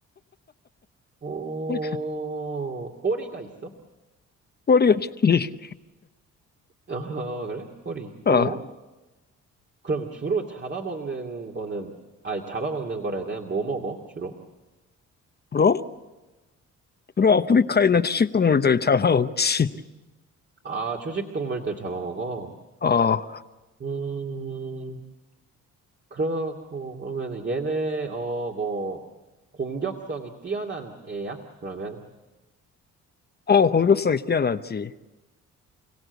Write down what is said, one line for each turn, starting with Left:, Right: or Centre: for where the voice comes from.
Right: 어,
Left: <laughs>
Right: 꼬리가 있어?
Left: 꼬리가 길지.
Right: <laughs> 어, 그래? 꼬리 있고.
Left: 어,
Right: 그럼 주로 잡아먹는 거는, 아니, 잡아먹는 거라 해야 되나? 뭐 먹어, 주로?
Left: 브로? 브로 아프리카에 있는 초식동물들 잡아먹지.
Right: 아, 초식 동물들 잡아먹어?
Left: 어,
Right: 음, 그러고, 그러면은 얘네, 어, 뭐, 공격성이 뛰어난 애야? 그러면?
Left: 어, 공격성이 뛰어나지.